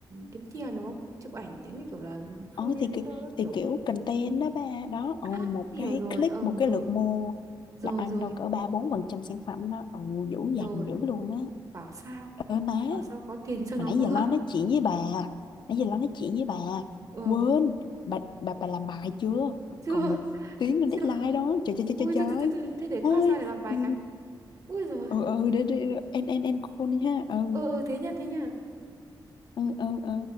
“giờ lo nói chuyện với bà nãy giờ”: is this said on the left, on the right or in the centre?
Left